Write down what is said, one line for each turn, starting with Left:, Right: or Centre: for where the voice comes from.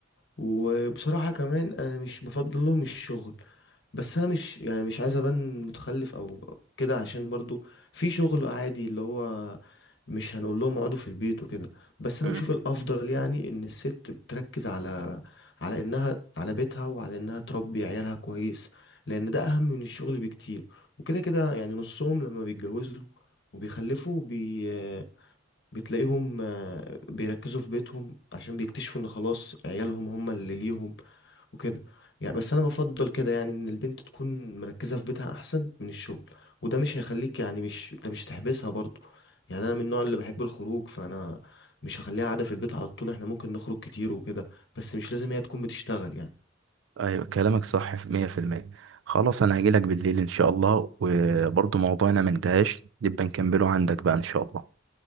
Left: وبصراحة كمان انا مش بفضل لهم الشغل بس انا مش يعني مش عايز ابان متخلف او كده عشان برضو في شغل عادي اللي هو مش هنقول لهم اقعدوا في البيت وكده بس انا
Right: مم.
Left: بشوف الافضل يعني ان الست بتركز على على انها على بيتها وعلى انها تربي عيالها كويس لان ده اهم من الشغل بكتير وكده كده يعني نصهم لما بيتجوزوا وبيخلفوا بي بتلاقيهم آه، بيركزوا في بيتهم عشان بيكتشفوا ان خلاص عيالهم هم اللي ليهم وكده يعني بس انا بفضل كده يعني ان البنت تكون مركزة في بيتها احسن من الشغل وده مش هيخليك يعني مش انت مش هتحبسها برضو يعني انا من النوع اللي بحب الخروج فانا مش هخليها قاعدة في البيت على طول احنا ممكن نخرج كتير وكده بس مش لازم هي تكون بتشتغل يعني
Right: ايوه كلامك صح في 100% خلاص انا هجيلك بالليل ان شاء الله وبرضو موضوعنا ما انتهاش نبقى نكمله عندك بقى ان شاء الله